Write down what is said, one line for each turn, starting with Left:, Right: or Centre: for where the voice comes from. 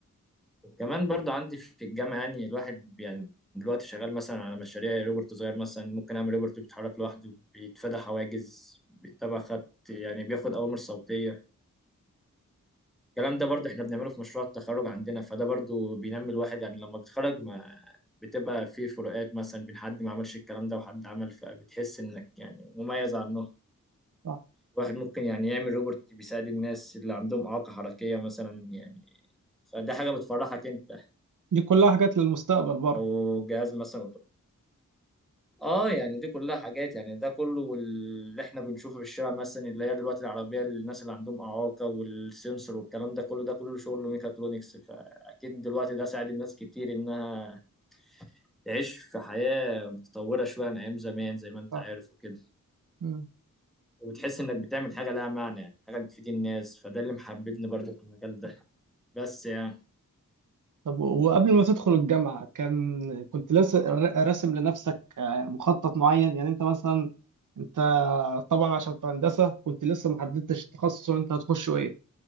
Centre: وكمان برضو عندي في الجامعه يعني الواحد يعني دلوقتي شغال مثلا على مشاريع روبوت صغير مثلا ممكن اعمل روبوت بيتحرك لوحده بيتفادى حواجز بيتبع خط يعني بياخد اوامر صوتيه الكلام ده برضو احنا بنعمله في مشروع التخرج عندنا فده برضو بينمي الواحد يعني لما بتخرج ما بتبقى في فروقات مثلا بين حد ما عملش الكلام ده وحد عمل فبتحس انك يعني مميز عنه
Right: صح
Centre: الواحد ممكن يعني يعمل روبوت بيساعد الناس اللي عندهم إعاقة حركية مثلا يعني فده حاجة بتفرحك انت
Right: دي كلها حاجات للمستقبل برضو
Centre: او جهاز مثلا أوتو- اه يعني دي كلها حاجات يعني ده كله اللي احنا بنشوفه في الشارع مثلا اللي هي دلوقتي العربيه الناس اللي عندهم اعاقه والسنسور والكلام ده كله ده كله شغل ميكاترونكس فاكيد دلوقتي ده ساعد الناس كتير انها تعيش في حياه متطوره شويه عن ايام زمان زي ما انت
Right: صح
Centre: عارف وكده
Right: مم.
Centre: وبتحس انك بتعمل حاجه لها معنى يعني حاجه بتفيد الناس فده اللي محببني برضه في المجال ده بس يعني
Right: طب و- وقبل ما تدخل الجامعة كان كنت لسه را- راسم لنفسك آه، مخطط معين يعني انت مثلا انت طبعا عشان في هندسة كنت لسه ما حددتش التخصص اللي انت هتخشه ايه